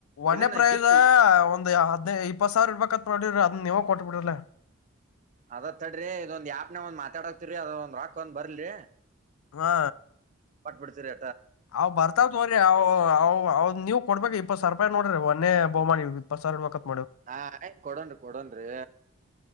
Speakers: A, on the left; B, on the right.
A: ಒನ್ೆ
B: ಇದನ್ನ
A: ಪ್ರೈಸ್
B: ಗಿಫ್ಟ್
A: ಹ ಒಂದು ಯ ಅದ್ ಇಪ್ಪತ್ ಸಾವಿರ ಇರ್ಬೇಕತ್ ಮಾಡರಿ ಅದ್ ನೀವ ಕೊಟ್ ಬಿಿಡ್ರಲ್ಲ
B: ಅದತ್ ತಡ್ರಿ ಇದೊಂದ ಯಾಪ್ನ ಒಂದ ಮಾತಾಡಕ್ತಿರಿ ಅದ ಒಂದ್ ರೋಕ ಒಂದ್ ಬರ್ಲ್ರಿ
A: ಹಾ
B: ಪಟ್ಬಿಡ್ತೀರೇ
A: ಅವ್ ಬರ್ತಾವ ಹೋಗರಿ ಅವ್ ಅವ್ ನೀವ್ ಕೊಡ್ಬೇಕ್ ಇಪ್ಪತ್ ಸಾವರ ನೋಡ್ರಿ ಒನ್ನೆಯ ಒಬ್ಬ ಇಪ್ಪತ್ತು
B: ಹಾ ಆಯ್ ಕೊಡನ್ರಿ ಕೊಡನ್ರಿ